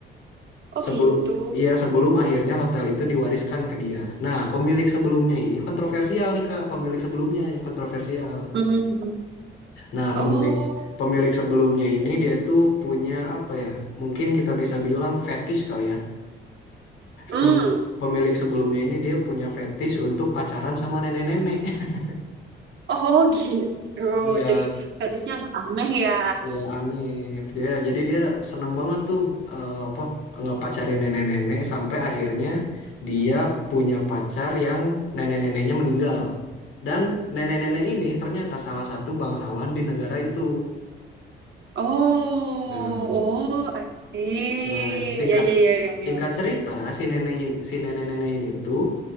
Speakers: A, on the right; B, on the left.
A: Oh
B: Sebelum
A: gitu.
B: iya sebelum akhirnya hotel itu diwariskan ke dia. Nah, pemilik sebelumnya ini kontroversial nih Kak, pemilik sebelumnya yang kontroversial.
A: Mhm.
B: Nah,
A: Oh,
B: pemilik pemilik sebelumnya ini dia tuh punya apa ya? Mungkin kita bisa bilang fetish kali ya.
A: hmm.
B: Pemilik, pemilik sebelumnya ini dia punya fetish untuk pacaran sama nenek-nenek. <laughs>
A: Oh <laughs> gitu.
B: Iya.
A: Jadi gratisnya nggak aneh ya.
B: Iya aneh. Dia jadi dia seneng banget tuh eh, apa ngepacarin nenek-nenek sampai akhirnya dia punya pacar yang nenek-neneknya meninggal. Dan nenek-nenek ini ternyata salah satu bangsawan di negara itu.
A: Oh,
B: Nah,
A: oh, I see.
B: nah singkat
A: Ya, ya, ya, ya, ya.
B: singkat
A: ya.
B: cerita si nenek ini si nenek-nenek ini tuh